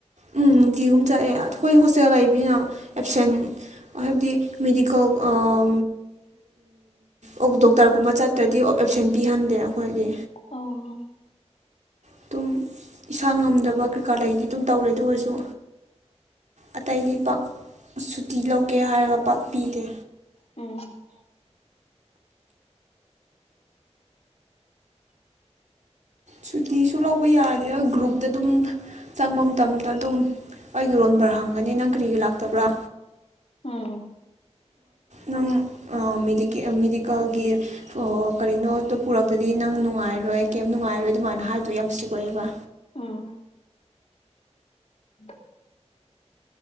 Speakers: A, on the right; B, on the left.
A: ꯎꯝ ꯅꯨꯡꯇꯤꯒꯤ ꯍꯨꯝ ꯆꯠꯑꯦ ꯑꯩꯈꯣꯏ ꯍꯣꯁꯇꯦꯜ ꯂꯩꯕꯅꯤꯅ ꯑꯦꯞꯁꯦꯟ ꯍꯥꯏꯕꯗꯤ ꯃꯦꯗꯤꯀꯦꯜ ꯑꯥ ꯑꯧ ꯗꯣꯛꯇꯔꯒꯨꯝꯕ ꯆꯠꯇ꯭ꯔꯗꯤ ꯑꯦꯞꯁꯦꯟ ꯄꯤꯍꯟꯗꯦ ꯑꯩꯈꯣꯏꯗꯤ
B: ꯑꯣ
A: ꯑꯗꯨꯝ ꯏꯁꯥ ꯉꯝꯗꯕ ꯀꯩꯀꯥ ꯂꯩꯔꯗꯤ ꯑꯗꯨꯝ ꯇꯧꯔꯦ ꯑꯗꯨ ꯑꯣꯏꯔꯁꯨ ꯑꯇꯩꯗꯤ ꯄꯥꯛ ꯁꯨꯇꯤ ꯂꯧꯒꯦ ꯍꯥꯏꯔꯒ ꯄꯥꯛ ꯄꯤꯗꯦ
B: ꯎꯝ
A: ꯁꯨꯇꯤꯁꯨ ꯂꯧꯕ ꯌꯥꯗꯅ ꯒꯔꯨꯞꯇ ꯑꯗꯨꯝ ꯆꯪꯕ ꯃꯇꯝꯗꯥ ꯑꯗꯨꯝ ꯑꯩꯒꯤ ꯔꯣꯟ ꯕꯔ ꯍꯥꯡꯉꯥꯅꯤ ꯅꯪ ꯀꯔꯤꯒꯤ ꯂꯥꯛꯇꯕ꯭ꯔꯥ
B: ꯎꯝ
A: ꯅꯪ ꯑꯥ ꯃꯦꯗꯤ ꯃꯦꯗꯤꯀꯦꯜꯒꯤ ꯑꯣ ꯀꯔꯤꯅꯣ ꯗꯨ ꯄꯨꯔꯛꯇꯗꯤ ꯅꯪ ꯅꯨꯡꯉꯥꯏꯔꯣꯏ ꯀꯔꯤꯝ ꯅꯨꯡꯉꯥꯏꯔꯣꯏ ꯑꯗꯨꯃꯥꯏꯅ ꯍꯥꯏꯔꯤꯗꯣ ꯌꯥꯝ ꯏꯁꯇꯤꯛ ꯑꯣꯏꯌꯦꯕ
B: ꯎꯝ ꯍ <unintelligible>